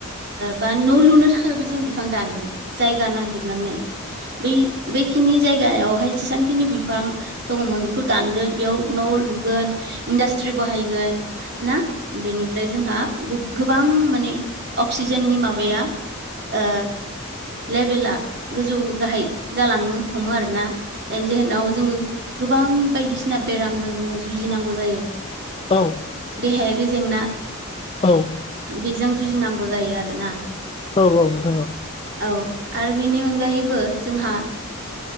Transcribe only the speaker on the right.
बा न' लुनो थाखायबो जों बिफां दानगोन। जायगा नानगिरनानै बै बै जिखिनि जायगायावहाय जेसांखिनि बिफां दङमोन बेखौ दानगोन बेयाव न' लुगोन इन्डास्ट्रि बाहायगोन ना बेनिफ्राय जोंहा गोबां माने अक्सिजेननि माबाया ओ लेभेला गोजौ गाहाय जालांनो हमो आरोना जायनि जाहोनाव जोङो गोबां बायदिसिना बेरामजों जोङो जुजिनांगौ जायो
देहायारि जेंना
बेजों जुजिनांगौ जायो आरोना।
औ आरो बेनि अनगायैबो जोंहा